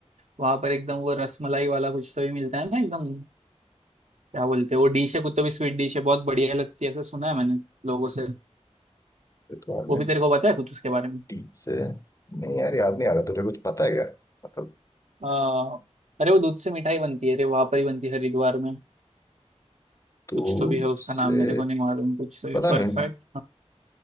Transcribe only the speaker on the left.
रिक्वायरमेंट
टीम से नहीं यार याद नहीं आ रहा तुझे कुछ पता है क्या मतलब
तू
से
पता
नहीं